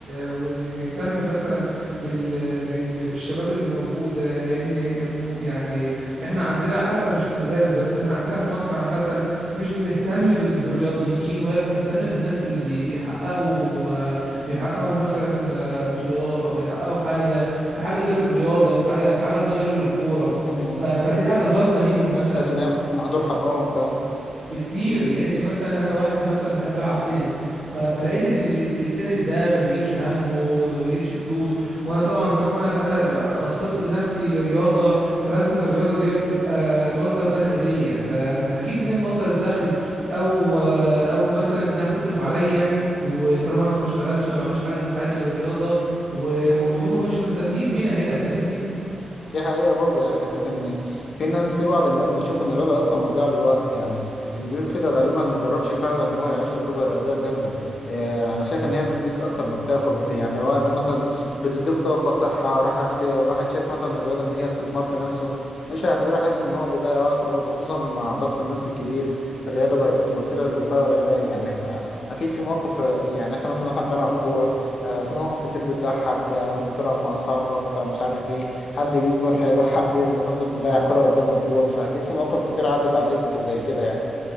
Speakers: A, on the right (about 75°); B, on the left (about 60°).
A: وان نهتم مثلا بال... بال... بالشباب اللي موجودة لان م- يعني احنا عندنا حتى مش في المدارس بس احنا عندنا في مصر عامة مش بنهتم بال... بالرياضيين ولا بنهتم بالناس اللي بي... بيحققوا بيحققوا مثلا آه، بطولات او بيحققوا حاجة في حاجة غير الرياضة في حاجة في حاجة قصدي غير الكورة
B: مم.
A: ف... فدي حاجة ظالمة ليهم مثلا
B: شايف إن هي مهدور حقهم فعلا
A: بكتير لان مثلا انا واحد مثلا بحب العب تنس ف... فلقيت ان ال- ال- التنس ده ما بيجيبش همه وما بيجيبش فلوس وانا طبعا طالما انا انا خصصت نفسي لرياضه فلازم أن الرياضه ديت تبقى مصدر دخل ليا فهجيب منين مصدر الدخل او او مثلا انها تصرف عليا وطالما انا ما بشتغلش ما بعملش حاجه في حياتي غير الرياضه و... وهم مش مهتمين بينا هنا فاهمني
B: دي حقيقة برضه يعني حتة إن في ناس في بعض الناس بتشوف إن الرياضة أصلا مضيعة للوقت يعني اللي بيقول كده غالبا ما جربش فعلا إن هو يعيش تجربة رياضية كاملة آه أنا شايف إن هي بتديك أكتر ما بتاخد يعني وقت مثلا بتديك طاقة صحة راحة نفسية لو الواحد شايف مثلا الرياضة إن هي استثمار في نفسه مش هيعتبرها حتة إن هو بيضيع وقته برضه خصوصا مع الضغط النفسي الكبير الرياضة بقت وسيلة للوقاية والعلاج يعني <laughs> أكيد في مواقف يعني إحنا مثلا إحنا بنلعب كورة آه في مواقف كتير بتضحك آه وأنت تلعب مع أصحابك آه مش عارف إيه حد يجيب جون حلو حد يغلط مثلا يضيع كرة قدام الجون فأكيد في مواقف كتير عدت عليك زي كده يعني